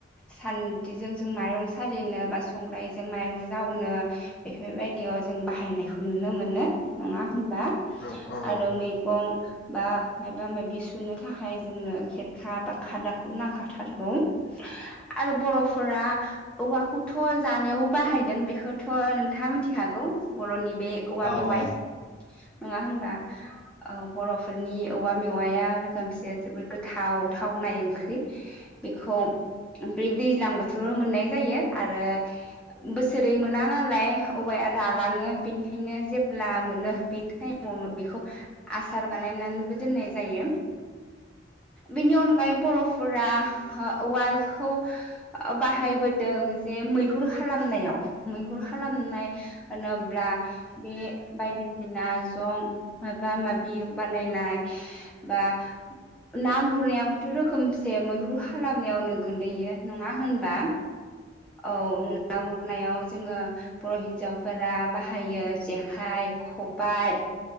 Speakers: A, in the centre; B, on the left.
A: सान्द्रिजों जों माइरं सालिनो बा संग्रायजों माइरं जावनो बेफोरबायदियाव जों बाहायनायखौ नुनो मोनो नङा होमबा
B: औ सैथो औ औ
A: आरो
B: औ
A: मैगं बा मायबा मायबि सुनो थाखाय जोंनो खेरखा बा खादाखौ नागाराथारगौ आरो बर'फोरा औवाखौथ' जानायाव बाहायदों बेखौथ' नोंथाङा मिथि खागौ बर'नि बे औवा
B: औ
A: मेवाइ
B: औ
A: नंङा होमबा बर'फोरनि औवा मेवाइया रोखोमसे जोबोद गोथाव था थावनाय ओंख्रि बेखौ बे दैज्लां बोथोराव मोननाय जायो आरो बोसोरै मोना नालाय औवाया रालाङो बेनिखायनो जेब्ला मोनो बे टाइमावनो बेखौ आसार बानायनानैबो दोननाय जायो बेनि अनगायै बर'फोरा औवाखौ ओ बाहायबोदों जे मैहुर खालामनायाव मैहुर खालामनाय होनब्ला बे बायदिसिना जं माबा माबि बानायनाय बा ना गुरनाया थ' रोखोमसे मैहुर खालामनायावनो गोलैयो नंङा होनबा औ ना गुरनायाव जोंङो बर' हिन्जावफोरा बाहायो जेखाइ खबाइ